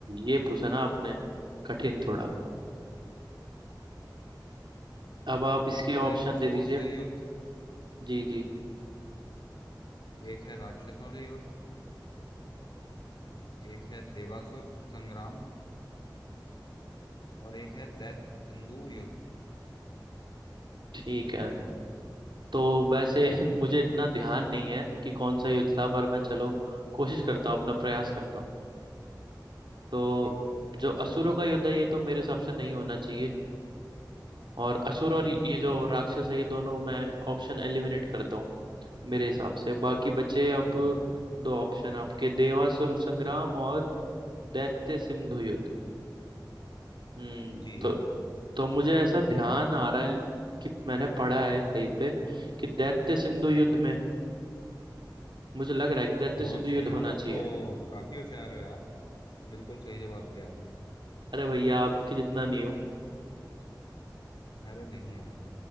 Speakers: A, on the right; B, on the left.
A: ये पूछा ना आपने कठिन थोड़ा अब आप इसके
B: एक तो है
A: ऑप्शन
B: असुरों
A: दे दीजिए
B: से युद्ध
A: जी जी
B: एक है राक्षसों से युद्ध एक है देवासुर संग्राम और एक है दैत्य सिंधु युद्ध
A: ठीक है तो वैसे <laughs> मुझे इतना ध्यान नहीं है कि कौन सा युद्ध था पर मैं चलो कोशिश करता हूँ अपना प्रयास करता हूँ तो
B: ठीक है
A: जो असुरों का युद्ध है ये तो मेरे हिसाब से नहीं होना चाहिए और असुर
B: हाँ
A: और ये
B: हाँ,
A: जो राक्षस है ये दोनों मैं ऑप्शन एलिमिनेट करता हूँ मेरे हिसाब से बाकी बचे अब
B: हाँ।
A: दो ऑप्शन आपके देवासुर संग्राम और दैत्य सिंधु युद्ध हम्म
B: जी
A: तो तो मुझे ऐसा ध्यान आ रहा है कि मैंने पढ़ा है कहीं पे कि दैत्य सिंधु युद्ध में मुझे लग रहा है कि दैत्य
B: बहुत
A: सिंधु
B: सही
A: युद्ध
B: यार
A: होना
B: आप
A: चाहिए
B: तो काफी होशियार हो यार बिल्कुल सही जवाब दिया आपने
A: अरे भैया आपके जितना नहीं हूँ
B: अरे नहीं यार